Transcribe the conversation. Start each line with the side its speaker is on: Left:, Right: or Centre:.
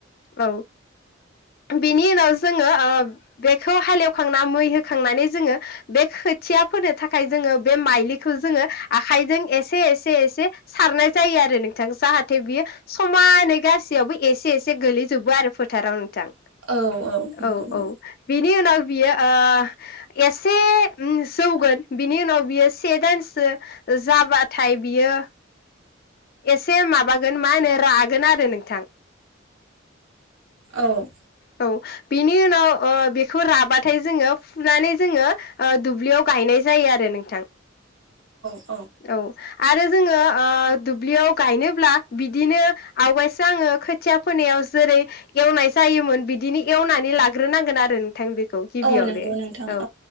Left: औ बिनि उनाव जोङो ओ बेखौ हालेवखां ना मै होखांनानै जोङो बे खोथिया फोनो थाखाय जोङो बे माइलिखौ जोङो आखायजों एसे एसे एसे सारनाय जायो आरो नोंथां जाहाथे बियो समानै गासैयावबो एसे एसे गोलैजोबो आरो फोथाराव नों थां
Right: औ नंगौ
Left: औ औ बिनि उनाव बियो ओ एसे ओम जौगोन। बिनि उनाव बियो से दानसो जाबाथाय बियो एसे माबागोन मा होनो रागोन आरो नोंथां
Right: औ
Left: औ बिनि उनाव ओ बेखौ राबाथाय जोङो फुनानै जोङो ओ दुब्लियाव गायनाय जायो आरो नोंथां
Right: औ
Left: औ आरो जोङो ओ दुब्लियाव गायनोब्ला बिदिनो आवगायसो आङो खोथिया फोनायाव जेरै एवनाय जायोमोन बिदिनो एवनानै लाग्रोनांगोन आरो नोंथां बे खौ गिबियावनो
Right: औ नंगौ नोंथां
Left: औ